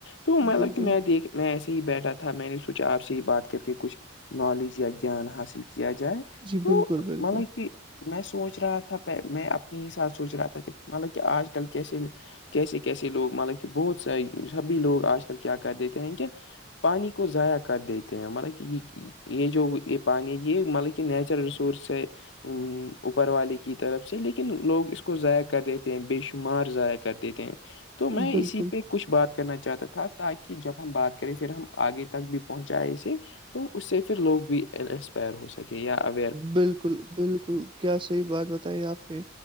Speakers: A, on the left; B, on the right.
A: تو مطلب
B: بالکل
A: کہ میں دیکھ میں ایسے ہی بیٹھا تھا میں نے سوچا آپ سے ہی بات کر کے کچھ نالج یا گیان حاصل کیا جائے
B: جی
A: تو
B: بالکل بالکل
A: مطلب کہ میں سوچ رہا تھا میں اپنے ہی ساتھ سوچ رہا تھا مطلب کہ آج کل کیسے کیسے کیسے لوگ مطلب کہ بہت س سبھی لوگ آج کل کیا کر دیتے ہیں کہ پانی کو ضائع کر دیتے ہیں مطلب کہ یہ یہ جو یہ پانی یہ مطلب کہ نیچرل ریسورس ہے ا اوپر والے کی طرف سے لیکن لوگ اس کو ضائع کر دیتے ہیں بے شمار ضائع کر دیتے ہیں تو میں
B: بالکل
A: اسی پہ کچھ بات کرنا چاہتا تھا تاکہ جب ہم بات کریں پھر ہم آگے تک بھی پہنچائیں اسے تو اس سے پھر لوگ بھی انسپائر ہو سکتے سک یہب
B: بالکل بالکل کیا صحیح بات بتائی آپ نے